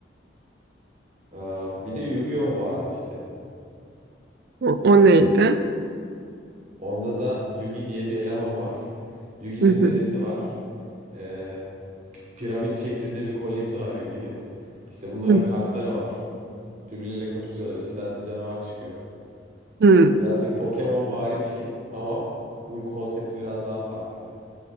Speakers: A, on the right; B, on the right.
A: Aa, bir de Yu-Gi-Oh vardı işte.
B: O, o neydi?
A: Onda da Yugi diye bir eleman var. Yugi'nin
B: Hı hı.
A: dedesi var. Ee, piramit şeklinde bir kolyesi var Yugi'nin. İşte bunların
B: Hı
A: kartları var. Birbirleriyle kapışıyorlar. İçinden canavar çıkıyor.
B: hı.
A: Birazcık Pokemon vari bir şey ama bunun konsepti biraz daha farklı.